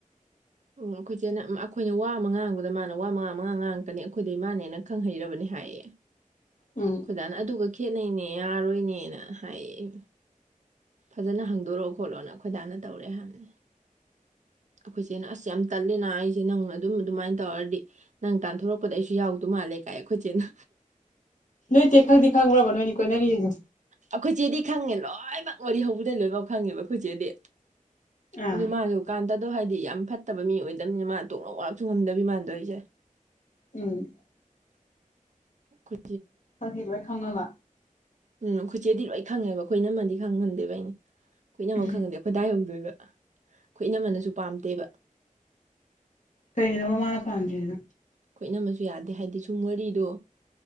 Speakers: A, on the right; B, on the left.
A: ꯎꯝ ꯑꯩꯈꯣꯏꯆꯦꯅ ꯑꯩꯈꯣꯏꯅ ꯋꯥ ꯑꯃ ꯉꯥꯡꯕꯗ ꯃꯥꯅ ꯋꯥ ꯃꯉꯥ ꯑꯃꯉꯥ ꯉꯥꯡꯉꯛꯇꯅꯤ ꯑꯩꯈꯣꯏꯗꯩ ꯃꯥꯅꯦꯅ ꯈꯪꯍꯩꯔꯕꯅꯦ ꯍꯥꯏꯌꯦ
B: ꯎꯝ
A: ꯈꯨꯗꯥꯅ ꯑꯗꯨꯒ ꯈꯦꯅꯩꯅꯦ ꯌꯥꯔꯣꯏꯅꯦꯅ ꯍꯥꯏꯌꯦ ꯑꯩ ꯐꯖꯅ ꯍꯥꯡꯗꯣꯔꯣꯑꯣ ꯈꯣꯠꯂꯣꯅ ꯈꯣꯏꯗꯥꯅ ꯇꯧꯔꯦ ꯍꯥꯏꯕꯅꯤ ꯑꯩꯈꯣꯏꯁꯦ ꯑꯁ ꯌꯥꯝ ꯇꯂꯦꯅ ꯑꯩꯁꯦ ꯅꯪꯅ ꯑꯗꯨꯝ ꯑꯗꯨꯃꯥꯏꯅ ꯇꯧꯔꯗꯤ ꯅꯪ ꯇꯥꯟꯊꯣꯔꯛꯄꯗ ꯑꯩ ꯀꯩꯁꯨ ꯌꯥꯎꯗꯧ ꯃꯥꯜꯂꯦ ꯀꯥꯏ ꯑꯩꯈꯣꯏꯁꯦꯅ
B: ꯅꯣꯏꯇꯦ ꯈꯛꯇꯗꯤ ꯈꯪꯉꯨꯔꯕ ꯅꯣꯏ ꯀꯣꯏꯅꯔꯤꯁꯦ
A: ꯑꯩꯈꯣꯏꯆꯦꯗꯤ ꯈꯪꯉꯦ ꯂꯣꯏꯅꯃꯛ ꯋꯥꯔꯤ ꯍꯧꯕꯗꯩ ꯂꯣꯏꯅꯐꯃꯛ ꯈꯪꯉꯦꯕ ꯑꯩꯈꯣꯏꯆꯦꯗꯤ
B: ꯑꯥ
A: ꯑꯗꯨ ꯃꯥꯁꯨ ꯀꯥꯟꯇ ꯑꯗꯣ ꯍꯥꯏꯗꯤ ꯌꯥꯝ ꯐꯠꯇꯕ ꯃꯤ ꯑꯣꯏꯗꯕꯅꯤꯅ ꯃꯥ ꯇꯣꯛꯅ ꯋꯥꯔꯁꯨ ꯉꯝꯗꯕꯤ ꯃꯥꯟꯗꯣ ꯑꯩꯁꯦ
B: ꯎꯝ
A: <inaudible>
B: ꯐꯖꯤꯔꯣꯏ ꯈꯪꯉꯕ
A: ꯎꯝ ꯑꯩꯈꯣꯏ ꯆꯦꯗꯤ ꯂꯣꯏ ꯈꯪꯉꯦꯕ ꯑꯩꯈꯣꯏꯅ ꯑꯃꯗꯤꯃꯗꯤ ꯈꯪꯍꯟꯗꯦꯕ ꯑꯩꯅ ꯑꯩꯈꯣꯏꯅꯃꯛ
B: ꯎꯝ
A: ꯈꯪꯍꯟꯗꯦ ꯈꯣꯏꯗꯥꯏꯍꯧꯗꯣꯏꯕ ꯈꯣꯏꯠꯅꯃꯅꯁꯨ ꯄꯥꯝꯇꯦꯕ
B: ꯀꯩꯅ ꯋꯥ ꯃꯥꯅ ꯄꯥꯝꯖꯅ
A: ꯈꯣꯏꯠꯅꯕꯁꯨ ꯌꯥꯗꯦ ꯍꯥꯏꯗꯤ ꯁꯨꯝ ꯋꯥꯔꯤꯗꯣ